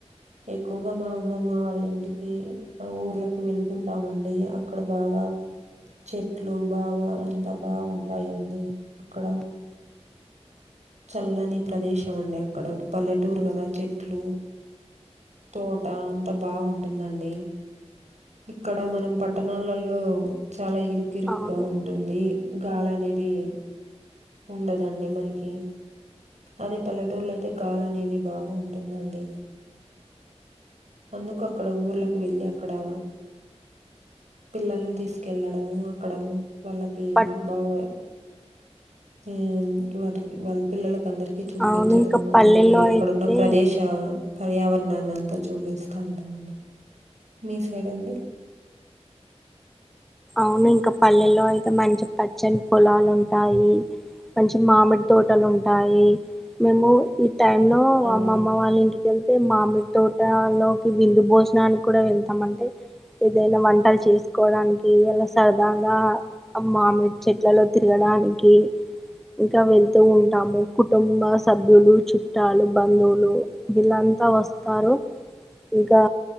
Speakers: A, on the right; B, in the centre.
A: ఎక్కువగా మా అమ్మమ్మ వాళ్ళింటికి ఆ ఊర్లకి వెళ్తుంటామండి అక్కడ బాగా గా చెట్లు బాగా అంత బాగుంటాయండి అక్కడ చల్లని ప్రదేశం అండి అక్కడ పల్లెటూర్ గదా చెట్లు తోట అంత బాగుంటుందండి. ఇక్కడ మనం పట్టణాలల్లో చాలా ఇరుకిరుక్గా
B: అవును
A: ఉంటుంది. గాలనేది ఉండదండి మనకీ అదే పల్లెటూర్లైతే గాలనేది బాగా ఉంటుందండి. అందుకు అక్కడ ఊర్లక్ వెళ్ళి అక్కడా పిల్లలన్ తీస్కెళ్ళడము అక్కడ వాళ్ళకి
B: పట్
A: బాగా ఏన్ వాటికి వాళ్ళ పిల్లలక్ కందర్కి చూపించడము
B: అవును ఇంకా పల్లెల్లో
A: అన్నీ అక్కడున్న
B: అయితే
A: ప్రదేశా పర్యావరణాన్ని అంతా చూపింతా అంతక్ ముందు. మీ సైడ్ అండి ఎ
B: అవును ఇంకా పల్లెల్లో అయితే మంచి పచ్చన్ పొలాలుంటాయి. మంచి మామిడి తోటలుంటాయి. మేము టైమ్లో
A: అవునండి.
B: అమ్మమ్మ వాళ్ళ ఇంటికెల్ అయితే మామిడి తోటా లోకి విందు భోజనానిక్ కూడా వెళ్తామండి. ఏదైనా వంటల్ చేస్కోవడానికి ఈ అలా సరదాగా ఆ మామిడి చెట్లలో తిరగడానికీ ఇంకా వెళ్తూ ఉంటాము. కుటుంబ సభ్యులు, చుట్టాలు, బంధువులు వీళ్ళన్ లంత వస్తారు. ఇంకా